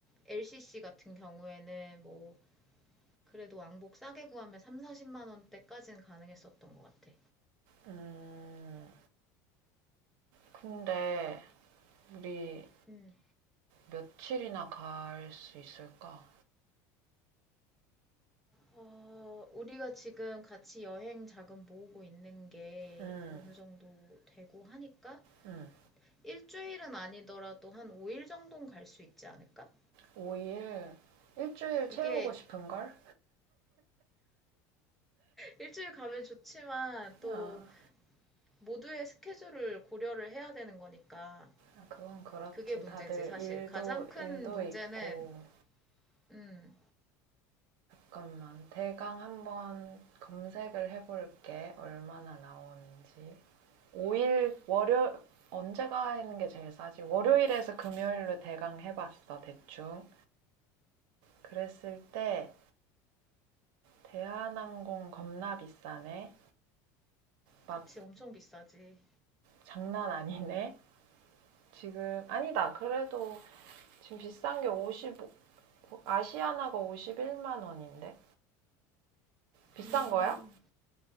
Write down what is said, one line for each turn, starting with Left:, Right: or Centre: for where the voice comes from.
Centre: LCC 같은 경우에는 뭐 그래도 왕복 싸게 구하면 3, 40만 원대까지는 가능했었던 것 같아.
Right: 음. 근데 우리
Centre: 음.
Right: 며칠이나 갈 수 있을까?
Centre: 어, 우리가 지금 같이 여행 자금 모으고 있는 게
Right: 음,
Centre: 어느 정도 되고 하니까
Right: 음.
Centre: 일주일은 아니더라도 한 5일 정도는 갈 수 있지 않을까?
Right: 5일, 일주일 채우고
Centre: 이게
Right: 싶은 걸?
Centre: 일주일 가면 좋지만 또
Right: 아,
Centre: 모두의 스케줄을 고려를 해야 되는 거니까
Right: 아, 그건 그렇지.
Centre: 그게 문제지
Right: 다들
Centre: 사실
Right: 일도
Centre: 가장 큰
Right: 일도
Centre: 문제는
Right: 있고.
Centre: 음
Right: 잠깐만. 대강 한번 검색을 해볼게. 얼마나 나오는지. 5일 월요 언제가 하는 게 제일 싸지? 월요일에서 금요일로 대강 해봤어 대충. 그랬을 때 대한항공 겁나 비싸네. 막
Centre: 그치 엄청 비싸지
Right: 장난 아니네. 지금 아니다. 그래도 지금 비싼 게 55. 아시아나가 51만 원인데 비싼
Centre: 음
Right: 거야?